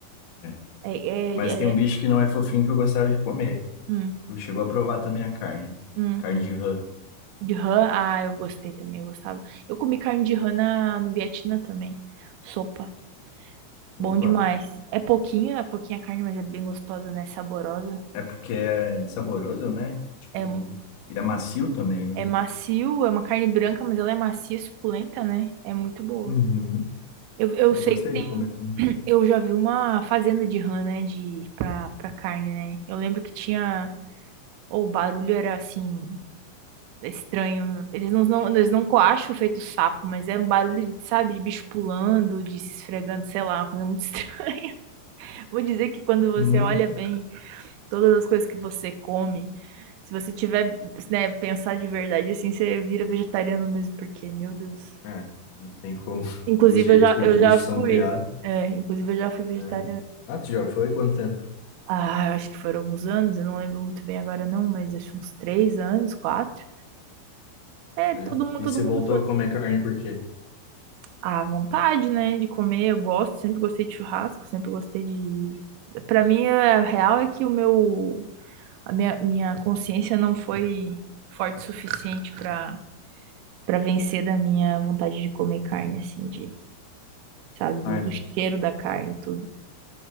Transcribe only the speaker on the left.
É.
Mas tem um
bicho que não é fofinho que eu gostava de comer.
Tu chegou a provar também a carne.
Carne de rã.
Opa.
É porque é saboroso, né? Tipo,
e é macio também, né?
Uhum.
Eu
gostei
de comer também.
Não,
é, não tem como. <laughs>
Os jeitos
que
os bichos
são
criados.
É. Ah, tu já foi? Quanto tempo?
É.
E
você
voltou a comer carne por quê?
Ah,
é.